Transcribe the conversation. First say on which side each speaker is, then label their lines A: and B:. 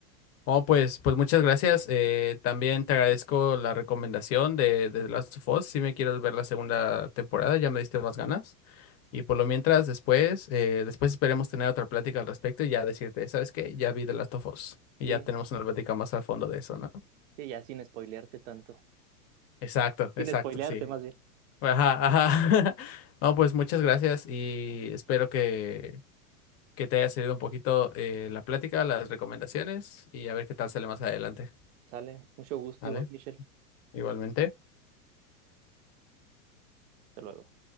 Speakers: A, on the left; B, on the right.
A: Oh, pues, pues muchas gracias. Eh, también te agradezco la recomendación de, de The Last of Us. Si me quieres ver la segunda temporada, ya me diste más ganas. Y por lo mientras, después, eh, después esperemos tener otra plática al respecto y ya decirte, ¿sabes qué? Ya vi The Last of Us. Y
B: sí,
A: ya tenemos una plática más al fondo de eso, ¿no?
B: sí, ya sin spoilearte tanto,
A: Exacto,
B: sin
A: exacto,
B: spoilearte
A: sí.
B: más bien.
A: Ajá, ajá. <laughs> No, pues muchas gracias y espero que, que te haya servido un poquito eh, la plática, las recomendaciones y a ver qué tal sale más adelante.
B: Sale. Mucho gusto
A: Vale,
B: igual, Michelle.
A: igualmente.
B: Hasta luego.